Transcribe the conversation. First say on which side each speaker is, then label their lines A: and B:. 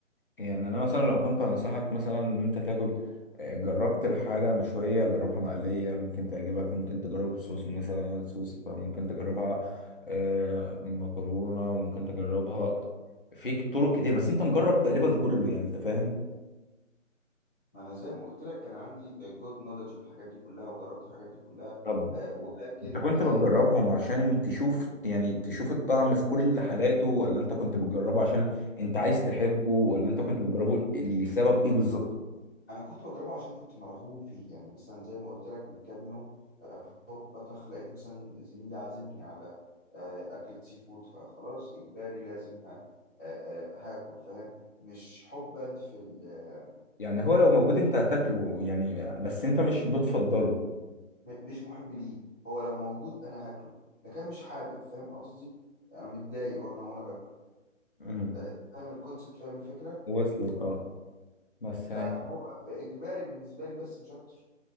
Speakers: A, on the left; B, on the left.
A: يعني انا مثلا لو كنت انصحك مثلا ان انت تاكل آه، جربت الحاجه مشويه جربها مقليه ممكن تعجبك ممكن تجربها بصوص مثلا وايت صوص ممكن تجربها آه، مكرونه ممكن تجربها في طرق كتير بس انت مجرب تقريبا كله يعني انت فاهم
B: ما انا زي ما قلت لك كان عندي جود نولج بالحاجات دي كلها وجربت الحاجات دي كلها
A: طب
B: آه، ولكن
A: انت كنت
B: آه،
A: بتجربهم عشان تشوف يعني تشوف الطعم في كل حالاته ولا انت كنت بتجربه عشان انت عايز تحبه ولا انت كنت بتجربه لسبب ايه بالظبط
B: انا كنت بجربها عشان كنت مرغوم فيه يعني مثلا زي ما قلت لك من كام يوم هوب بطخ لقيت مثلا زميلي عازمني على آه، أكلة سي فود فخلاص إجباري لازم ها آه، آه، هاكل فاهم مش حبا في ال آه،
A: يعني هو لو موجود انت هتاكله يعني بس انت مش بتفضله
B: م- مش محب ليه هو لو موجود أنا هاكله لكن مش حابب فاهم قصدي أنا متضايق وأنا وأنا باكل
A: مم.
B: أنت أنت فاهم الكونسيبت فاهم الفكرة
A: وصلت اه بس
B: ف-
A: أنا
B: فهو إجباري بالنسبة لي بس مش أكتر